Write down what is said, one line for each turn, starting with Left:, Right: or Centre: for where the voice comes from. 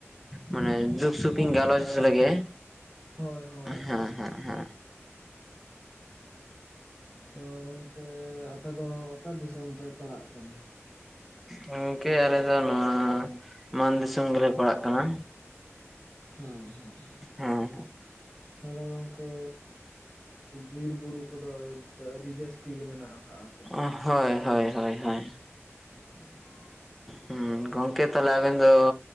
Centre: ᱢᱟᱱᱮ ᱫᱩᱠ ᱥᱩᱠ ᱤᱧ ᱜᱟᱞᱚᱪ <unintelligible> ᱦᱮᱸ
Left: ᱦᱳᱭ ᱦᱳᱭ ᱦᱳᱭ
Centre: ᱦᱮᱸ ᱦᱮᱸ᱾
Left: ᱛᱚ ᱜᱚᱝᱠᱮ ᱟᱯᱮ ᱫᱚ ᱚᱠᱟ ᱫᱤᱥᱚᱢ ᱯᱮ ᱯᱟᱲᱟᱜ ᱠᱟᱱᱟ?
Centre: ᱜᱚᱝᱠᱮ ᱟᱞᱮ ᱫᱚ ᱱᱚᱣᱟ ᱢᱟᱱ ᱫᱤᱥᱚᱢ ᱜᱮᱞᱮ ᱯᱟᱲᱟᱜ ᱠᱟᱱᱟ᱾
Left: ᱦᱳᱭ ᱦᱳᱭ ᱦᱳᱭ ᱦᱳᱭ᱾
Centre: ᱦᱮᱸ
Left: ᱛᱟᱦᱚᱞᱮ ᱜᱚᱝᱠᱮ ᱵᱤᱨ ᱵᱩᱨᱩ ᱠᱚᱫᱚ ᱟᱹᱰᱤ ᱡᱟᱹᱥᱛᱤ ᱜᱮ ᱢᱮᱱᱟᱜ ᱟᱠᱟᱜ-ᱟ᱾
Centre: ᱦᱳᱭ ᱦᱳᱭ ᱦᱳᱭ ᱦᱳᱭ᱾
Left: ᱦᱳᱭ ᱦᱳᱭ ᱾
Centre: ᱦᱩᱸ ᱜᱚᱢᱠᱮ ᱛᱟᱦᱞᱮ ᱟᱵᱤᱱ ᱫᱚ